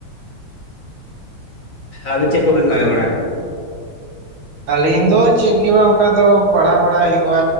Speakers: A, on the left; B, on the right.
A: ᱟᱹᱵᱤᱱ ᱪᱮᱫ ᱠᱚᱵᱤᱱ ᱠᱟᱹᱢᱤ ᱵᱟᱲᱟ
B: ᱟᱹᱞᱤᱧ ᱫᱚ ᱪᱮᱫ ᱜᱮ ᱵᱟᱝ ᱚᱱᱠᱟ ᱫᱚ ᱯᱟᱲᱦᱟᱣ ᱵᱟᱲᱟ ᱦᱩᱭᱩᱜᱼᱟ᱾